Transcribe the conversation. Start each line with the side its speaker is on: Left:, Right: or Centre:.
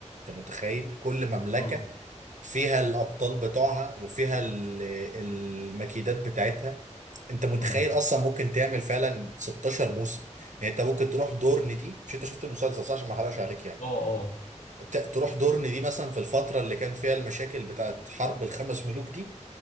Right: انت متخيل كل مملكة
Left: آه.
Right: فيها الأبطال بتوعها وفيها ال- المكيدات بتاعتها انت متخيل
Left: امم
Right: اصلا ممكن تعمل فعلا 16 موسم يعني انت ممكن تروح دورن دي مش انت شفت المسلسل صح عشان ما احرقش عليك يعني
Left: اه اه
Right: ت- تروح دورن دي مثلا في الفترة اللي كان فيها المشاكل بتاعت حرب الخمس ملوك دي